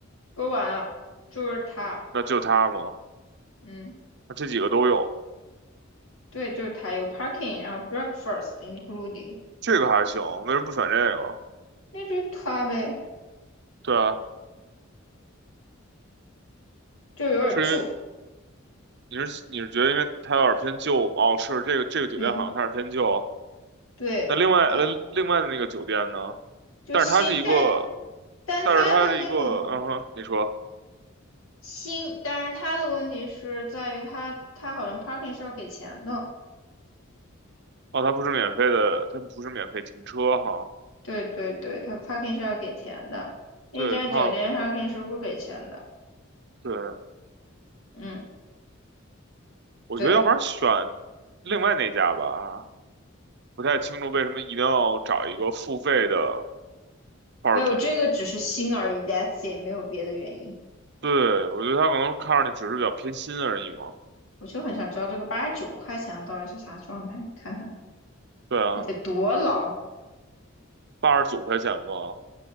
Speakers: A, on the left; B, on the right.
A: 说完了，就是它，
B: 那就它吗？
A: 嗯，
B: 那这几个都有吗？
A: 对，就是它有 parking，然后 breakfast including，
B: 这个还行，为什么不选这个？
A: 那就是它呗，
B: 对啊，
A: 就是有点旧，
B: 是因为你是你是觉得因为它有点偏旧吗？哦，是这个这个酒店好像开始偏旧。
A: 对对，
B: 那另外呃另外的那个酒店呢？
A: 啊，就新，
B: 但是它是一个，
A: 但但它的那种
B: 但是它是一个，嗯哼，你说，
A: 新，但是它的问题是在于它它好像 parking 是要给钱的。
B: 哦，它不是免费的，它不是免费停车哈。
A: 对对对，他 parking 是要给钱的，那家酒店
B: 对，它
A: parking 是不给钱的。
B: 对，
A: 嗯，
B: 我觉得要不然选另外那家吧，
A: 对，
B: 不太清楚为什么一定要找一个付费的 parking。
A: 没有这个只是新而已，that's 也没有别的原因。
B: 对，我觉得他可能看上去只是比较偏心而已嘛。
A: 我就很想知道这个八十九块钱的到底是啥状态，看看
B: 对啊。
A: 这得多老。
B: 八十九块钱吧，